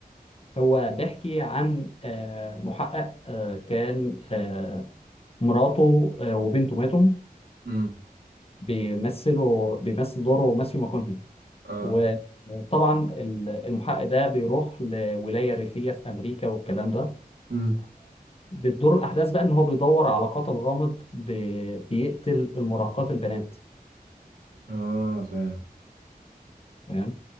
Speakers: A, on the left (about 40°); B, on the right (about 80°).
A: هو بيحكي عن آه، محقق آه، كان آه، مراته آه، وبنته ماتوا
B: امم
A: بيمثلوا بيمثل دوره ماثيو ماكونهي
B: اه
A: وطبعا ال- المحقق ده بيروح لولاية ريفية في أمريكا والكلام ده
B: امم
A: بتدور الأحداث بقى إن هو بيدور على قاتل غامض بي- بيقتل المراهقات البنات
B: اه فاهم
A: تمام